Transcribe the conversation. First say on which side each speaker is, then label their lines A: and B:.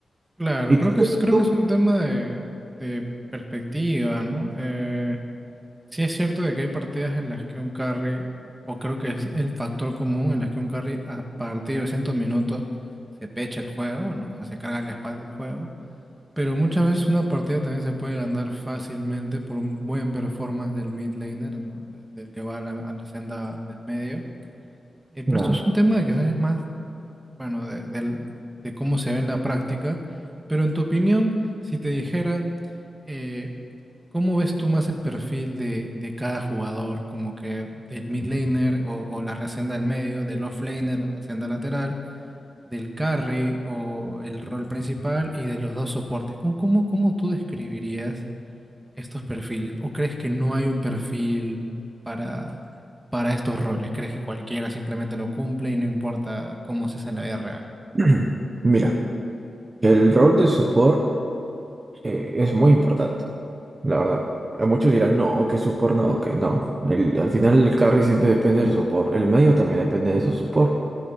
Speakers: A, on the right; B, on the right.
A: Claro,
B: Y
A: creo
B: tú,
A: que es, creo
B: tú-
A: que es un tema de, de perspectiva, ¿no? Eh, Sí es cierto de que hay partidas en las que un carry, o creo que es el factor común en las que un carry a partir de 100 minutos se pecha el juego, ¿no? O sea, se carga la espalda del juego. Pero muchas veces una partida también se puede ganar fácilmente por un buen performance del mid laner, ¿no? De- Del que va a la, a la senda del medio. Eh, pero
B: Ah.
A: esto es un tema de que quizás es más bueno, de, del- de cómo se ve en la práctica, pero en tu opinión, si te dijeran, eh, ¿cómo ves tú más el perfil de, de cada jugador, como que del mid laner o, o la senda del medio, del off laner o la senda lateral, del carry o el rol principal y de los dos soportes? ¿Cómo, cómo, cómo tú describirías estos perfiles? ¿O crees que no hay un perfil para... para estos roles, ¿crees que cualquiera simplemente lo cumple y no importa cómo se hace en la vida real?
B: <clears throat> Mira, el rol de support eh, es muy importante, la verdad. A muchos dirán, no, que support no, que no. El- al final el carry siempre depende del support, el medio también depende de su support.